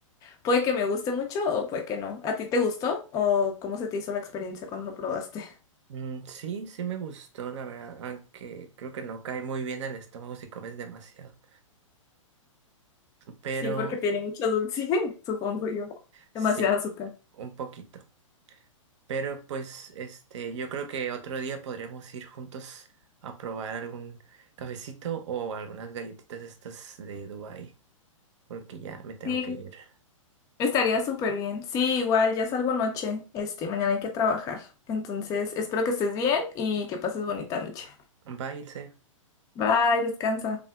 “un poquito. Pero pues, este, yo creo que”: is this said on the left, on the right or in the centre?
Right